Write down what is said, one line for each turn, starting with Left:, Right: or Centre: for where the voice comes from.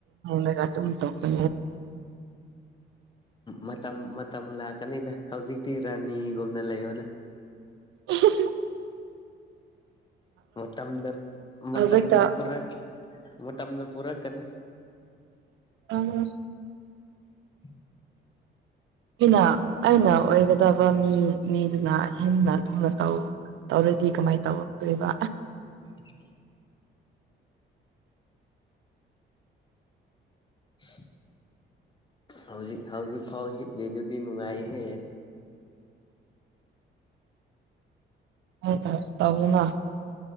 Right: ꯌꯦꯂꯒꯗꯨꯝ ꯇꯈ
Left: ꯃꯇꯝ ꯃꯇꯝ ꯂꯥꯛꯀꯅꯤꯗ ꯍꯧꯖꯤꯛꯇꯤ ꯔꯥꯅꯤꯒꯨꯝꯅ ꯂꯩꯌꯣꯗ
Right: ꯑꯦꯍꯦꯍꯦ
Left: ꯃꯇꯝꯗ ꯃꯇꯝꯗ
Right: ꯍꯧꯖꯤꯛꯇ
Left: ꯄꯨꯔꯥ ꯃ ꯇꯝꯅ ꯄꯨꯔ ꯀꯅꯤ
Right: ꯑ ꯑꯝ
Left: ꯎ
Right: ꯑꯩꯅ ꯑꯩꯅ ꯑꯣꯏꯒꯗꯕ ꯃꯤ ꯃꯤꯗꯨꯅ ꯍꯦꯟꯅ ꯊꯨꯅ ꯇꯧ ꯇꯧꯔꯗꯤ ꯀꯃꯥꯏꯅ ꯇꯧꯍꯧꯗꯣꯏꯕ
Left: ꯑꯟꯑꯣꯗꯤꯕꯜ ꯑꯟꯑꯣꯗꯤꯕꯜ ꯍꯧꯖꯤꯛ ꯍꯧꯖꯤꯛ ꯐꯥꯎ ꯍꯤꯞꯂꯤꯗꯨꯗꯤ ꯅꯨꯡꯉꯥꯏꯍꯦ
Right: ꯇꯔ ꯇꯧꯕꯅ